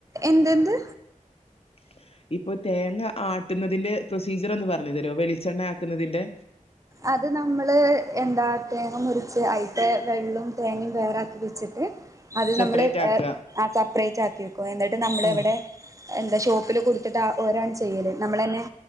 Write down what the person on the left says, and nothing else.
<inaudible> ഇപ്പൊ തേങ്ങ ആട്ടുന്നതിന്റെ പ്രൊസീജിയർ ഒന്ന് പറഞ്ഞു തരോ വെളിച്ചെണ്ണയാക്കുന്നതിന്റെ?
സെപ്പറേറ്റ്
ആക്ക.
ആഹ്